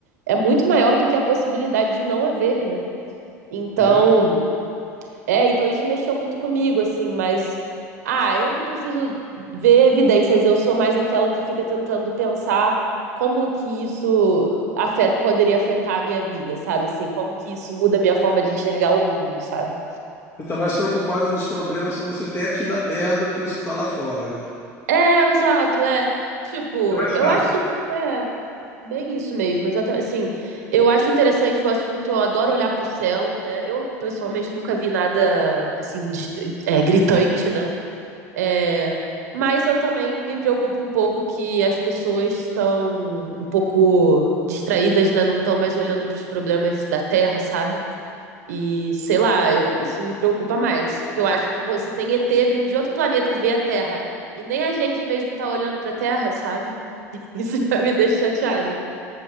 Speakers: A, on the right; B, on the left.
A: É muito maior do que a possibilidade de não haver, né? Então,
B: tá vendo?
A: é, então isso mexeu muito comigo, assim, mas. Ah, eu não preciso ver evidências, eu sou mais aquela que fica tentando pensar como que isso afeta, poderia afetar a minha vida, sabe? Assim, como que isso muda a minha forma de enxergar o mundo, sabe?
B: Você está mais preocupada nos problemas que você tem aqui na Terra do que os que está lá fora, né?
A: É, exato, é. Tipo,
B: É mais
A: eu
B: prático,
A: acho super, é, bem isso mesmo, exatamente. Assim, eu acho interessante o assunto, eu adoro olhar pro céu, né? Eu, pessoalmente, nunca vi nada, assim, de- é, gritante, né? É, mas eu também me preocupo um pouco que as pessoas estão um pouco distraídas, né? Não estão mais olhando para os problemas da Terra, sabe? E sei lá, eu, isso me preocupa mais. Porque eu acho, pô, se tem ET vindo de outro planeta ver a Terra e nem a gente mesmo tá olhando pra Terra, sabe? <laughs> Isso já me deixa chateado.